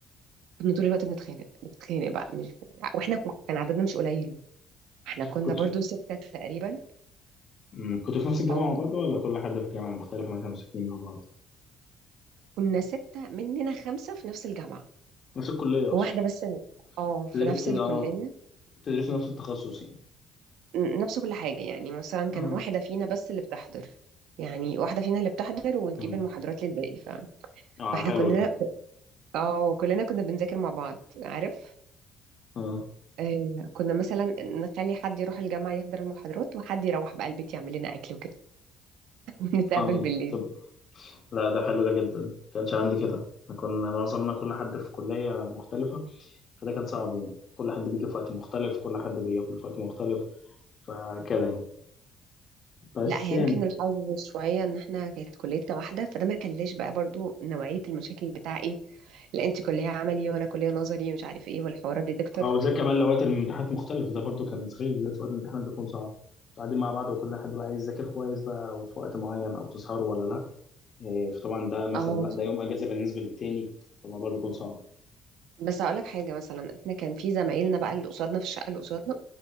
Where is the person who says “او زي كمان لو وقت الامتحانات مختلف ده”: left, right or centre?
Left